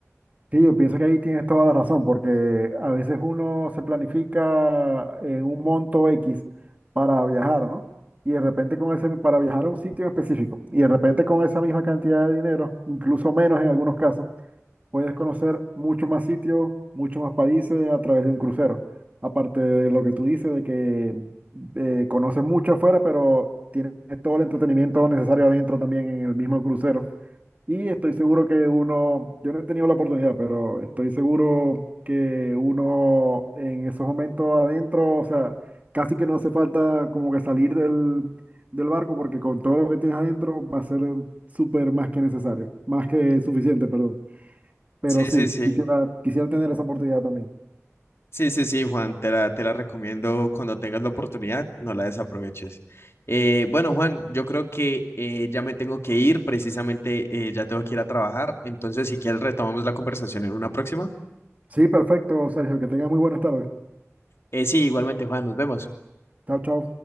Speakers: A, on the right; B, on the left.
A: Sí, yo pienso que ahí tienes toda la razón, porque a veces uno se planifica en un monto X para viajar, ¿no? Y de repente con ese, para viajar a un sitio específico, y de repente con esa misma cantidad de dinero, incluso menos en algunos casos, Puedes conocer muchos más sitios, muchos más países a través de un crucero. Aparte de lo que tú dices, de que eh, conoces mucho afuera, pero tienes todo el entretenimiento necesario adentro también en el mismo crucero. Y estoy seguro que uno, yo no he tenido la oportunidad, pero estoy seguro que uno en esos momentos adentro, o sea, casi que no hace falta como que salir del, del barco, porque con todo lo que tienes adentro va a ser súper más que necesario, más que suficiente, perdón. Pero
B: Sí,
A: sí,
B: sí, sí.
A: quisiera, quisiera tener esa oportunidad también.
B: Sí, sí, sí, Juan, te la, te la recomiendo cuando tengas la oportunidad, no la desaproveches. Eh, bueno, Juan, yo creo que eh, ya me tengo que ir, precisamente eh, ya tengo que ir a trabajar, entonces si quieres retomamos la conversación en una próxima.
A: Sí, perfecto, Sergio, que tengas muy buenas tardes.
B: Eh, sí, igualmente, Juan, nos vemos.
A: Chao, chao.